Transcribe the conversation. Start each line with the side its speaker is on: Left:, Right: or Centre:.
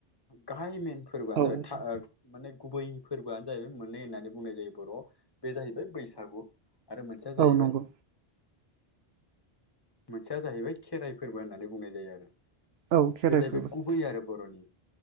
Left: गाहाय मेन फोरबोआनो
Right: औ
Left: जाबाय था माने गुबै फोरबोआनो जाहैबाय मोननै होननानै बुंनाय जायो बर' बे जाहैबाय बैसागु आरो मोनसेया जाहैबाय।
Right: औ नंगौ
Left: मोनसेया जाहैबाय खेराइ फोरबो होननानै बुंनाय जायो आरो
Right: औ खेराइ
Left: बे जाहैबाय
Right: फोरबो
Left: गुबै आरो बर'नि।